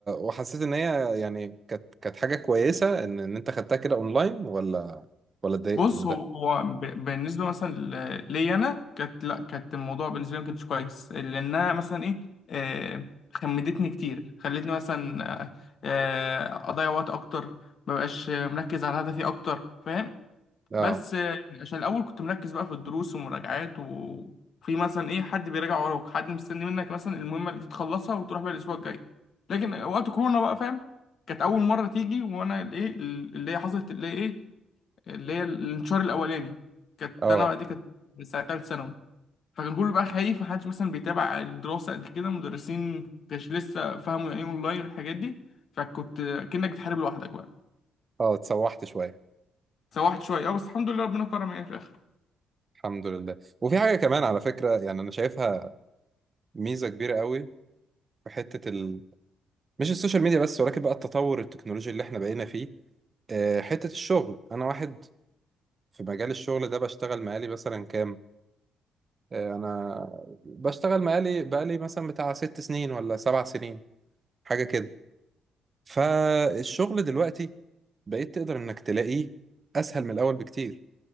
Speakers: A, on the right; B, on the left.
A: وحسيت إن هي يعني كانت كانت حاجة كويسة إن إن أنت خدتها كده أونلاين ولا ولا اتضايقت
B: بص
A: من ده؟
B: هو هو ب- بالنسبة مثلا ل- ليا أنا كانت لا كانت الموضوع بالنسبة لي ما كانش كويس لأنها مثلا إيه آه، خمدتني كتير خلتني مثلا آه، آه، أضيع وقت أكتر مبقاش مركز على هدفي أكتر فاهم
A: آه
B: بس آه، عشان الاول كنت مركز بقى في الدروس ومراجعات وفي مثلا ايه حد بيراجع وراك حد مستني منك مثلا المهمه اللي دي تخلصها وتروح بقى الاسبوع الجاي لكن وقت كورونا بقى فاهم كانت اول مره تيجي وانا الايه اللي هي حصلت اللي هي ايه اللي هي الانتشار الاولاني كانت
A: آه
B: انا بقى دي كانت ساعه تالت ثانوي فكان كله بقى خايف محدش مثلا بيتابع الدراسه قد كده مدرسين كانش لسه فاهموا يعني ايه اونلاين والحاجات دي فكنت كأنك بتحارب لوحدك بقى
A: آه اتسوحت شوية
B: سوحت شويه اه بس الحمد لله ربنا كرم يعني في الاخر
A: الحمد لله وفي حاجة كمان على فكرة يعني أنا شايفها ميزة كبيرة قوي في حتة مش السوشيال ميديا بس ولكن بقى التطور التكنولوجي اللي احنا بقينا فيه آه، حتة الشغل انا واحد في مجال الشغل ده بشتغل مقالي مثلا كام آه، انا بشتغل مقالي بقالي مثلا بتاع ست سنين ولا سبع سنين حاجة كده فالشغل دلوقتي بقيت تقدر انك تلاقيه اسهل من الاول بكتير